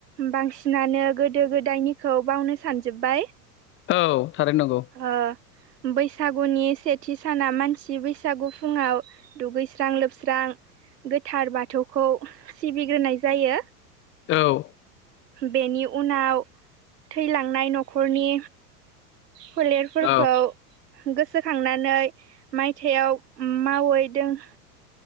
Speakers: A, on the right; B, on the left.
A: बांसिनानो गोदो गोदायनिखौ बावनो सानजोब्बाय।
B: औ थारैनो नंगौ।
A: ओ बैसागुनि सेथि साना मानसि बैसागु फुङाव दुगैस्रां लोबस्रां गोथार बाथौखौ सिबिग्रोनाय जायो।
B: औ।
A: बेनि उनाव थैलांनाय न'खरनि फोलेरफोरखौ
B: औ
A: गोसोखांनानै माइथाइयाव मावै दों